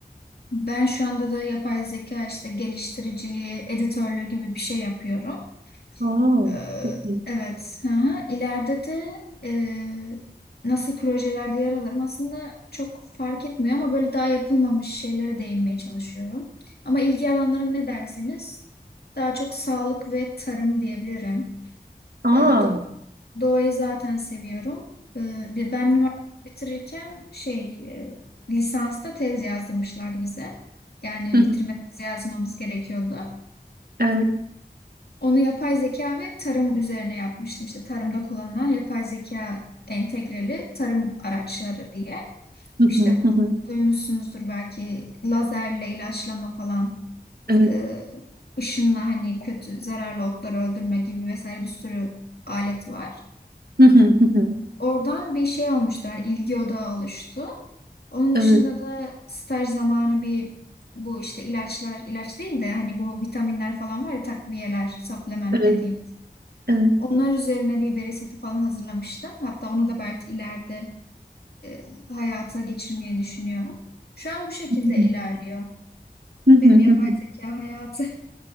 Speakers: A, on the left; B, on the right.
A: ben şu anda da yapay zeka işte geliştiriciliği, editörlüğü gibi bir şey yapıyorum.
B: Aa
A: Ee,
B: çok iyi.
A: evet. Hı hı. İleride de e, nasıl projelerde yer alırım aslında çok fark etmiyor ama böyle daha yapılmamış şeylere değinmeye çalışıyorum. Ama ilgi alanlarım ne derseniz daha çok sağlık ve tarım diyebilirim.
B: Aa.
A: Ee, do- doğayı zaten seviyorum. Ee, bir- ben üniversite bitirirken şey e, lisansta tez yazdırmışlardı bize. Yani
B: <laughs>
A: bitirme tezi yazmamız gerekiyordu.
B: Evet. Evet.
A: Onu yapay zeka ve tarım üzerine yapmıştım. İşte tarımda kullanılan yapay zeka entegreli tarım araçları diye.
B: Hı
A: İşte
B: hı
A: bu
B: hı hı.
A: duymuşsunuzdur belki lazerle ilaçlama falan,
B: Evet.
A: e, ışınla hani kötü zararlı otları öldürme gibi vesaire bir sürü alet var.
B: Hı hı hı hı.
A: Oradan bir şey olmuştu, yani ilgi odağı oluştu. Onun
B: Evet.
A: dışında da staj zamanı bir bu işte ilaçlar, ilaç değil de hani bu vitaminler falan var ya takviyeler, supplement
B: Evet.
A: dediğim.
B: Evet.
A: Onlar üzerine bir veri seti falan hazırlamıştım. Hatta onu da belki ileride e, hayata geçirmeyi düşünüyorum. Şu an bu şekilde
B: Hı
A: ilerliyor.
B: hı
A: Benim
B: hı hı.
A: yapay zeka hayatı. <laughs>